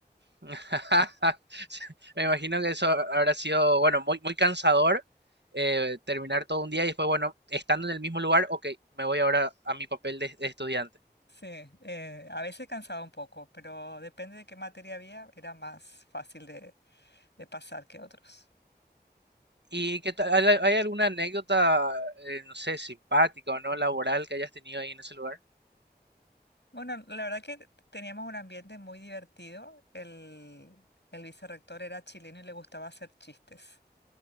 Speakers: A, on the right; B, on the left.
A: <laughs> Sí, me imagino que eso habrá sido, bueno, muy, muy cansador eh, terminar todo un día y después, bueno, estando en el mismo lugar, ok, me voy ahora a mi papel de de estudiante.
B: Sí, eh, a veces cansaba un poco, pero depende de qué materia había, era más fácil de, de pasar que otros.
A: ¿Y qué tal? ¿Hay hay alguna anécdota, eh, no sé, simpática o no laboral que hayas tenido ahí en ese lugar?
B: Bueno, la verdad que t- teníamos un ambiente muy divertido. El, el vicerrector era chileno y le gustaba hacer chistes.